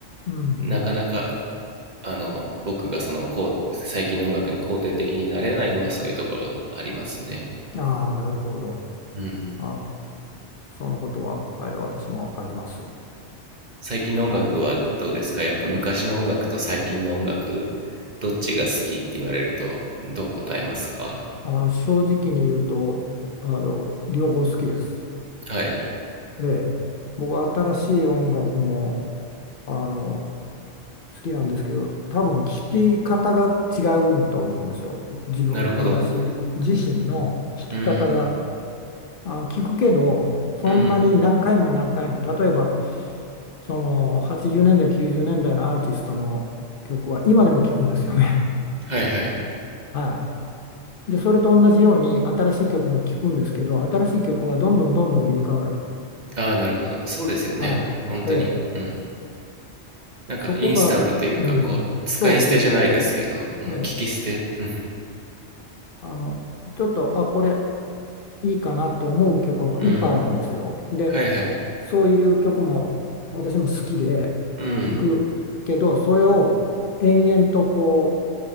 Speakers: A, on the left; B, on the right.
A: うん。うんう
B: なかなかあの僕がそのこう最近の音楽に肯定的になれないのはそういうところがありますね。
A: んああ、なるほど。
B: うん
A: ああ、そのことは、はい、私もわかります。
B: 最近の音楽はどうですかやっぱ昔の音楽と最近の音楽どっちが好きって言われるとどう答えますか
A: はい。あの、正直に言うと、あの、両方好きです。
B: はい
A: ええ、僕新しい音楽もあの好きなんですけど多分聴き方が違うと思うんですよ自分私自身の聴き方が
B: なるほどうん
A: あ聞くけどそんなに何回も何回も例えば
B: うん
A: その80年代90年代のアーティストの曲は今でも聴くんですよね。
B: はいはい
A: <laughs> はい、でそれと同じように新しい曲も聴くんですけど新しい曲はどんどんどんどん入れ替わる。
B: ああ、なるほど。そうですよね。
A: はい、
B: 本当に。
A: ええ、
B: うん。なんか、
A: そこが、
B: インスタントというか、
A: うん、
B: こう、使い捨てじゃないですけど、
A: そうそうそ
B: うん、
A: う。ええ、
B: 聞き捨て。<laughs> うん。
A: あのちょっとあこれいいかなって思う曲はもういっぱいあるんですよ。
B: うん。
A: で
B: はいはい。
A: そういう曲も私も好きで聴くけどそれを延々とこ
B: うん。